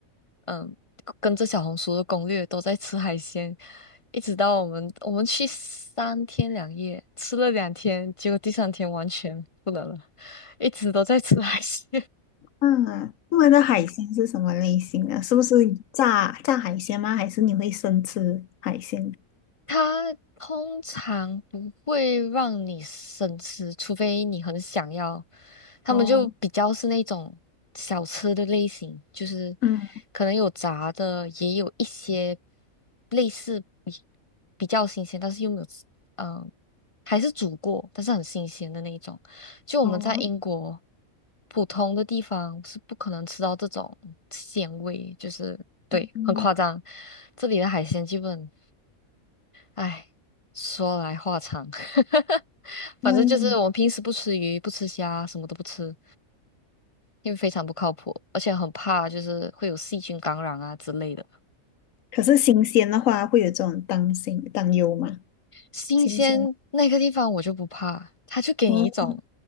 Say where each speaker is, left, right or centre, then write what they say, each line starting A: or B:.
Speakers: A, on the left; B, on the left.
A: 嗯，跟着小红书的攻略都在吃海鲜，一直到我们我们去三天两夜，吃了两天，结果第三天完全不能了，一直都在吃海鲜。
B: 嗯，他们的海鲜是什么类型啊？是不是炸炸海鲜吗？还是你会生吃海鲜？
A: 它通常不会让你生吃，除非你很想要。他们就比较是那种小吃的类型，
B: 哦，
A: 就是
B: 嗯，
A: 可能有炸的，也有一些类似比比较新鲜，但是又没有吃，嗯、还是煮过，但是很新鲜的那一种。就我们在英国
B: 哦，
A: 普通的地方是不可能吃到这种鲜味，就是对，
B: 嗯，
A: 很夸张。这里的海鲜基本。哎，说来话长，<laughs> 反正就是我们平时不吃鱼、
B: 那你。
A: 不吃虾，什么都不吃，因为非常不靠谱，而且很怕就是会有细菌感染啊之类的。
B: 可是新鲜的话，会有这种担心担忧吗？
A: 新鲜那个地方我就不怕，
B: 新鲜的
A: 它就给你一种
B: 哦